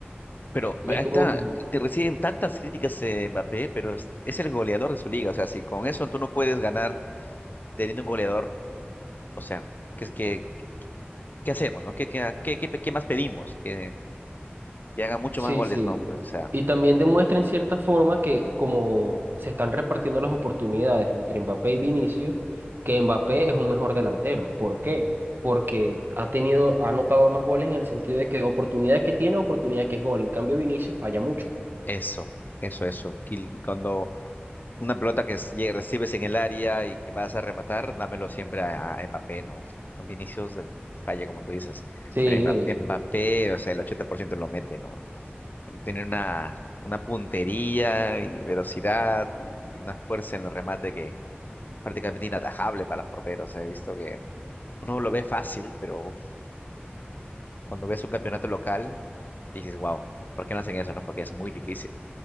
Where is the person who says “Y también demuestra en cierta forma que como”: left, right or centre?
Right